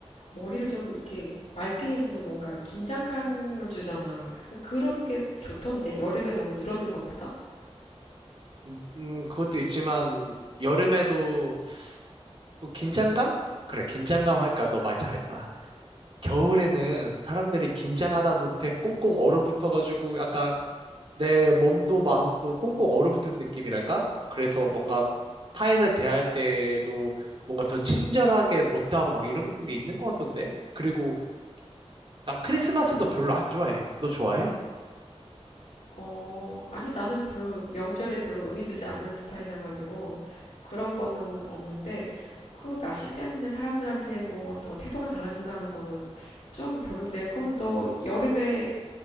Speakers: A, on the left; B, on the right.
A: 머리를 좀 이렇게 맑게 해주는 뭔가 긴장감을 주잖아. 그러니까 그런 게 좋던데 여름에 너무 늘어지는 것보다?
B: 음, 음, 그것도 있지만 여름에도 뭐 긴장감? 그래, 긴장감 하니까 너 말 잘했다. 겨울에는 사람들이 긴장하다 못해 꽁꽁 얼어붙어가지고 약간 내 몸도 마음도 꽁꽁 얼어붙은 느낌이랄까? 그래서 뭔가 타인을 대할 때에도 뭔가 더 친절하게 못하고 막 이런 게 있는 것 같던데? 그리고 난 크리스마스도 별로 안 좋아해. 너 좋아해?
A: 어, 아니, 나는 별로 명절에 별로 의미 두지 않는 스타일이라 가지고 그런 거는 없는데 그 날씨 때문에 사람들한테 뭐 더 태도가 달라진다는 거는 좀 별론데 그러면 너 여름에